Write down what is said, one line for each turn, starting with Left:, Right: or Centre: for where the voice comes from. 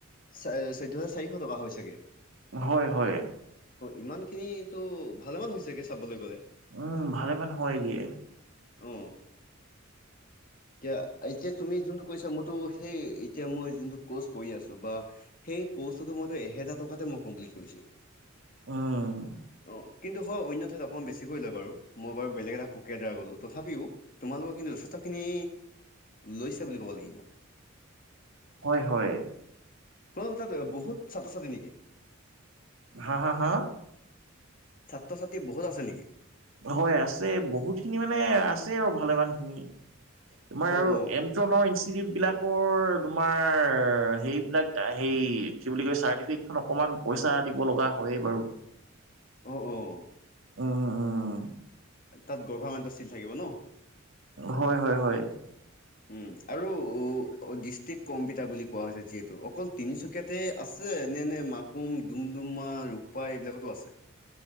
Left: চাই চৈধ্য শ চাৰিশ টকা হয় ছাগে।
Right: হয় হয়।
Left: ইমানখিনিটো ভালেমান হৈছেগে চাবলে গ'লে।
Right: উম ভালেমান হয়গে।
Left: ও। এতিয়া এতিয়া তুমি যোনটো কৈছা মইতো সেই এতিয়া মই যোনটো কৰ্চ কৰি আছো বা সেই ক'ৰ্চটোটো মইতো এহেজাৰ টকাতে মই কমপ্লিত কৰিছো।
Right: অঁ।
Left: অ কিন্তু হয় অন্য ঠাইত অকণমান বেছিকৈ লয় বাৰু, মই বাৰু বেলেগ এটা প্ৰক্ৰিয়াৰ দ্বাৰা গ'লোঁ তথাপিও তোমালোকৰ কিন্তু যথেষ্টখিনি লৈছে বুলি ক'ব লাগিব।
Right: হয় হয়।
Left: ত তাত বহুত ছাত্ৰ ছাত্ৰী নেকি?
Right: হা হা হা?
Left: ছাত্ৰ ছাত্ৰী বহুত আছে নেকি?
Right: হয় আছে বহুতখিনি মানে আছে আৰু ভালেমান খিনি। তোমাৰ
Left: অ'
Right: আৰু
Left: অ'
Right: এমট্ৰনৰ ইনষ্টিটিউট বিলাকৰ তোমাৰ সেইবিলাক সেই কি বুলি কয় চাৰ্টিফিকেটখন অকণমান পইচা দিব লগা হয়েই বাৰু।
Left: অ' অ'
Right: উম উম।
Left: তাত গৰ্ভামেন্তৰ চিল থাকিব ন?
Right: হয় হয় হয়।
Left: উম আৰু ডিষ্ট্ৰিক কম্পিতাৰ বুলি কোৱা হৈছে যিহেতু অকল তিনিচুকী <inaudible> কিয়াতে আছে নে নে মাকুম, ডুমডুমা, ৰূপাই এইবিলাকতো আছে?